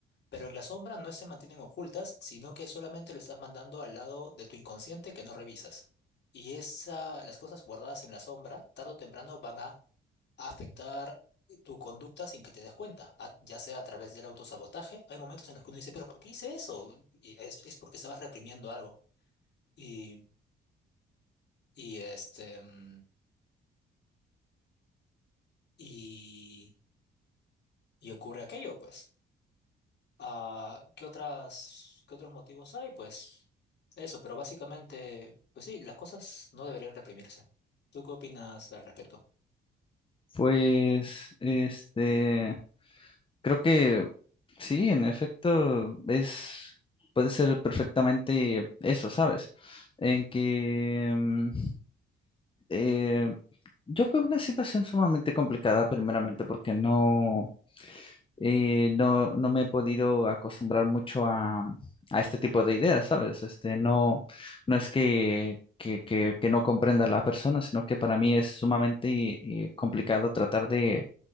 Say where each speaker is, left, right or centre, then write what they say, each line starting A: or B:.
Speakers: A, on the left; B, on the left.
A: Pero en la sombra no se mantienen ocultas, sino que solamente lo estás mandando al lado de tu inconsciente que no revisas. Y esa, las cosas guardadas en la sombra, tarde o temprano, van a afectar tu conducta sin que te des cuenta, a- ya sea a través del autosabotaje. Hay momentos en los que uno dice, pero ¿por qué hice eso? Y es, es porque estabas reprimiendo algo. Y, y este, mm, y, y ocurre aquello, pues. Ah, ¿qué otras, qué otros motivos hay? Pues eso, pero básicamente, pues sí, las cosas no deberían reprimirse. ¿Tú qué opinas al respecto?
B: Pues, este, Creo que sí, en efecto, es, puede ser perfectamente eso, ¿sabes? En que mm, eh, yo veo una situación sumamente complicada, primeramente, porque no, eh, no, no me he podido acostumbrar mucho a, a este tipo de ideas, ¿sabes? Este, no, no es que, que, que, que no comprenda a la persona, sino que para mí es sumamente eh, complicado tratar de